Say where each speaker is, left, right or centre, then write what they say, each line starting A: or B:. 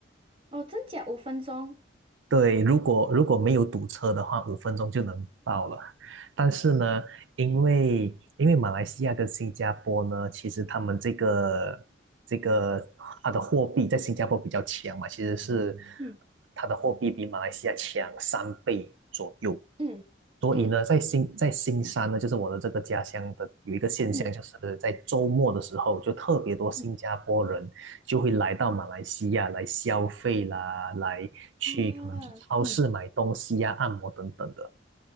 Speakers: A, on the right; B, on the right.
A: 哦，真假五分钟，
B: 对，如果如果没有堵车的话，五分钟就能到了。但是呢，因为因为马来西亚跟新加坡呢，其实他们这个这个它的货币在新加坡比较强嘛，其实是
A: 嗯
B: 它的货币比马来西亚强三倍左右。
A: 嗯嗯
B: 所以呢，在新在新山呢，就是我的这个家乡的有一个现象，
A: 嗯
B: 就是在周末的时候，就特别多新加坡人就会来到马来西亚来消费啦，
A: 嗯
B: 来去可能去超市买东西呀、
A: 啊，嗯
B: 按摩等等的。